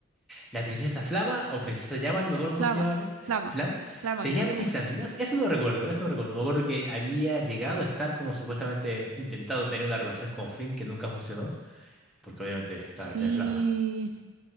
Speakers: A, in the centre; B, on the right (about 80°).
A: La princesa Flama o princesa Llama, ni me acuerdo cómo
B: Flama,
A: se llamaba bien.
B: flama,
A: Flama.
B: flama
A: ¿Tenía
B: creo que
A: mini
B: era.
A: flamitas? Eso no recuerdo, eso no recuerdo. Me acuerdo que había llegado a estar como supuestamente intentado tener una relación con Finn que nunca funcionó, porque obviamente estaba
B: Sí,
A: hecha de flama.